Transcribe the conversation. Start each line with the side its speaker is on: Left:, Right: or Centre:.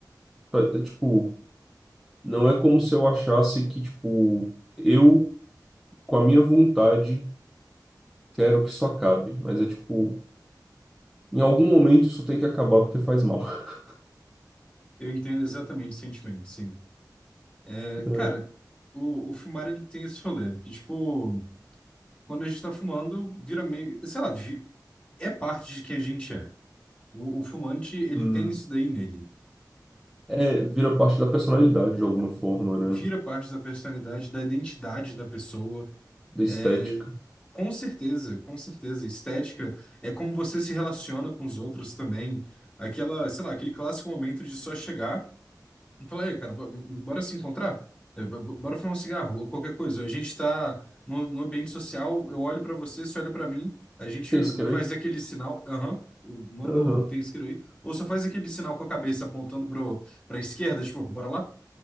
Centre: Pa- é Tipo, não é como se eu achasse que, tipo, eu, com a minha vontade, quero que isso acabe. Mas é tipo, em algum momento isso tem que acabar porque faz mal. <laughs>
Left: Eu entendo exatamente o sentimento, sim. É,
Centre: É,
Left: cara, o, o fumar ele tem esse rolê, que tipo, quando a gente tá fumando, vira meio, sei lá, vi- é parte de quem a gente é. O, o fumante, ele
Centre: Hum.
Left: tem isso daí nele.
Centre: É, vira parte da personalidade de alguma forma, né?
Left: vira parte da personalidade, da identidade da pessoa.
Centre: Da estética.
Left: É, Com certeza, com certeza. Estética é como você se relaciona com os outros também. Aquela, sei lá, aquele clássico momento de só chegar e falar, ei, cara, bo- bora se encontrar? É, bo- bo- Bora fumar um cigarro ou qualquer coisa. A gente tá no, no ambiente social, eu olho pra você, você olha pra mim, a gente
Centre: Tem isqueiro
Left: faz
Centre: aí?
Left: aquele sinal, aham, eu mando,
Centre: Aham,
Left: tem escrito aí, ou só faz aquele sinal com a cabeça apontando pro, pra esquerda, tipo, bora lá?